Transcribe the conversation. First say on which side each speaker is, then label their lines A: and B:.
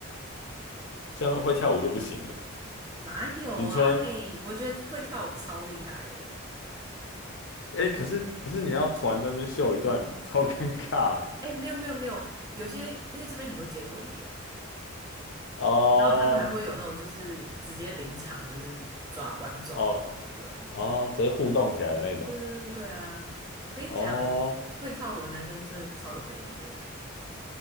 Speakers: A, on the left; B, on the right.
A: 像会跳舞就不行了。
B: 哪有啊？
A: 你突然，
B: 哎、我觉得会跳舞超厉害哎、
A: 哎、可是可是你要突然在那边秀一段，超尴尬欸
B: 哎、没有没有没有，有些因为这边很多街头艺人，
A: 哦
B: 然后他们还会有那种就是直接临场就是抓观众啊，
A: 哦哦，
B: 就那种。
A: 直接互动起来的那种。
B: 嗯，对对对啊，我跟你讲，
A: 哦
B: 我会跳舞的男生真的超有魅力的，